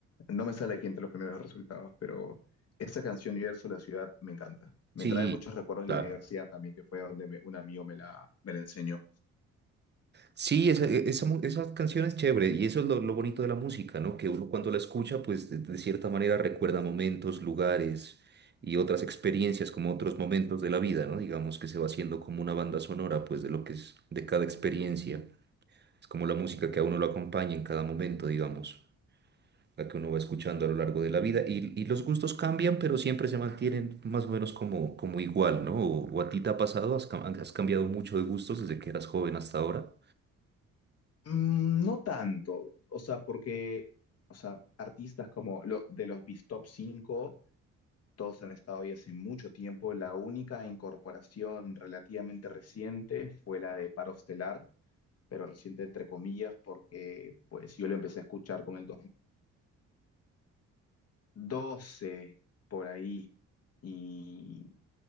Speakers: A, on the left; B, on the right.
A: no me sale aquí entre los primeros resultados, pero esa canción Universo, la ciudad, me encanta. Me
B: Sí,
A: trae muchos recuerdos de
B: claro.
A: la universidad también, que fue donde me- un amigo me la, me la enseñó.
B: Sí, esa, e- esa, mu- esa canción es chévere y eso es lo, lo bonito de la música, ¿no? Que uno cuando la escucha, pues de, de cierta manera recuerda momentos, lugares y otras experiencias, como otros momentos de la vida, ¿no? Digamos que se va haciendo como una banda sonora, pues de lo que es de cada experiencia. Es como la música que a uno lo acompaña en cada momento, digamos. la que uno va escuchando a lo largo de la vida. Y, y los gustos cambian, pero siempre se mantienen más o menos como, como igual, ¿no? O, o a ti te ha pasado, has, cam- has cambiado mucho de gustos desde que eras joven hasta ahora.
A: Mm, no tanto, o sea, porque, o sea, artistas como lo, de los bis Top 5 todos han estado ahí hace mucho tiempo. La única incorporación relativamente reciente fue la de Paro Estelar, pero reciente entre comillas, porque pues yo lo empecé a escuchar como el 12 por ahí. Y,